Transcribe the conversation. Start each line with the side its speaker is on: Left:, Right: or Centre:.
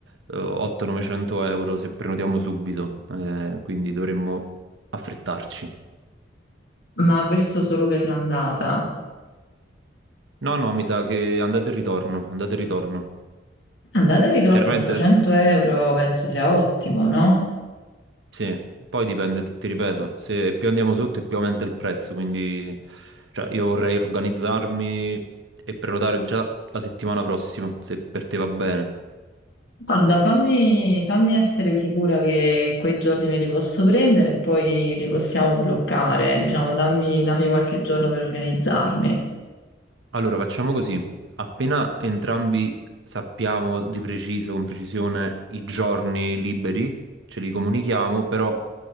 Right: eh, 800-900 euro se prenotiamo subito, eh, quindi dovremmo affrettarci.
Left: ma questo solo per l'andata.
Right: No, no, mi sa che andate e ritorno, andate e ritorno.
Left: Andata e ritorno
Right: Chiaramente.
Left: 800 euro penso sia ottimo, no?
Right: Sì, poi dipende, ti ripeto, se più andiamo sotto e più aumenta il prezzo, quindi cioè, io vorrei organizzarmi e prenotare già la settimana prossima, se per te va bene.
Left: Guarda, fammi, fammi essere sicura che quei giorni me li posso prendere e poi li possiamo bloccare, diciamo, dammi, dammi qualche giorno per organizzarmi.
Right: Allora, facciamo così. Appena entrambi sappiamo di preciso, con precisione, i giorni liberi, ce li comunichiamo, però,